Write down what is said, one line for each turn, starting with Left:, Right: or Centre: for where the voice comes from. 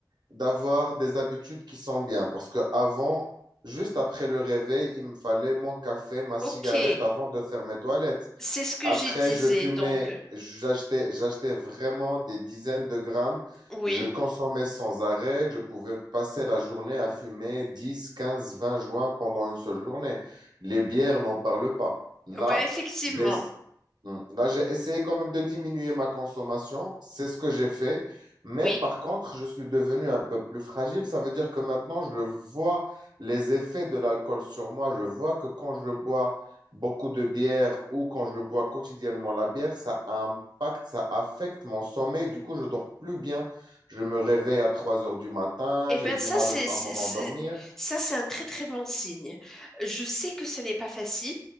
Right: d'avoir des habitudes qui sont bien. Parce que avant, juste après le réveil, il me fallait mon café, ma cigarette
Centre: Ok,
Right: avant de faire mes toilettes.
Centre: c'est ce que
Right: Après,
Centre: je disais.
Right: je fumais,
Centre: Donc, euh,
Right: j'achetais, j'achetais vraiment des dizaines de grammes.
Centre: oui,
Right: Je consommais sans arrêt. Je pouvais passer la journée à fumer 10, 15, 20 joints pendant une seule journée. Les bières, n'en parle pas. Là,
Centre: bah effectivement,
Right: j'ai, Hmm. là, j'ai essayé quand même de diminuer ma consommation. C'est ce que j'ai fait. Mais
Centre: oui.
Right: par contre, je suis devenu un peu plus fragile. Ça veut dire que maintenant, je vois les effets de l'alcool sur moi. Je vois que quand je bois beaucoup de bière ou quand je bois quotidiennement la bière, ça impacte, ça affecte mon sommeil. Du coup, je dors plus bien. Je me réveille à 3 heures du matin,
Centre: Eh
Right: j'ai
Centre: bien,
Right: du
Centre: ça,
Right: mal
Centre: c'est,
Right: à
Centre: c'est-
Right: me rendormir.
Centre: c'est- ça, c'est un très, très bon signe. Je sais que ce n'est pas facile.